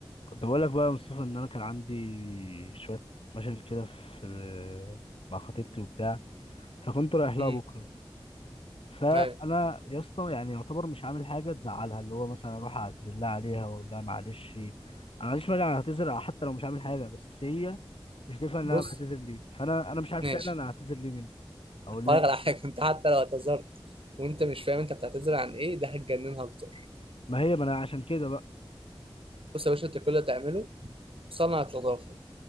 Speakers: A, on the left; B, on the right.
A: كنت بقول لك بقى يا مصطفى ان انا كان عندي شويه مشاكل كده في مع خطيبتي وبتاع فكنت رايح لها
B: امم
A: بكره فانا
B: ايوه
A: يا اسطى يعني يعتبر مش عامل حاجه تزعلها اللي هو مثلا اروح اعتذر لها عليها واقول لها معلش انا معلش مانع اعتذر حتى لو مش عامل حاجه بس هي مش تفهم ان
B: بص
A: انا بعتذر ليه فانا انا مش عارف
B: ماشي
A: فعلا انا اعتذر ليه مني اقول
B: هقولك
A: لها إيه؟
B: على حاجه <laughs> انت حتى لو اعتذرت وانت مش فاهم انت بتعتذر عن ايه ده هتجننها اكتر
A: ما هي ما انا عشان كده بقى
B: بص يا باشا انت كل اللي تعمله صنعة لطافه